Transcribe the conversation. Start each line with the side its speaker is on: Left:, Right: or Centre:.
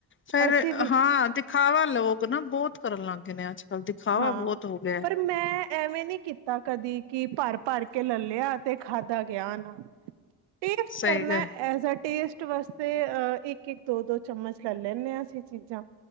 Left: ਫੇਰ
Right: ਅਸੀਂ ਵੀ
Left: ਹਾਂ ਦਿਖਾਵਾ ਲੋਕ ਨਾ ਬਹੁਤ ਕਰਨ ਲੱਗ ਗਏ ਨੇ ਅੱਜ ਦਿਖਾਵਾ
Right: ਹਾਂ
Left: ਬਹੁਤ ਹੋ ਗਿਆ
Right: ਪਰ ਮੈਂ ਐਵੇਂ ਨੀ ਕੀਤਾ ਕਦੀ ਕਿ ਭਰ- ਭਰ ਕੇ ਲੈ ਲਿਆ ਤੇ ਖਾਧਾ ਗਿਆ ਨਾ ਟੇਸਟ
Left: ਸਹੀ
Right: ਕਰਨਾ
Left: ਗ
Right: ਐਜ ਆ ਟੇਸਟ ਟੇਸਟ ਵਾਸਤੇ ਅਹ ਇੱਕ- ਇੱਕ, ਦੋ -ਦੋ ਚਮਚ ਲੈ ਲੈਂਦੇ ਹਾਂ ਅਸੀਂ ਚੀਜ਼ਾਂ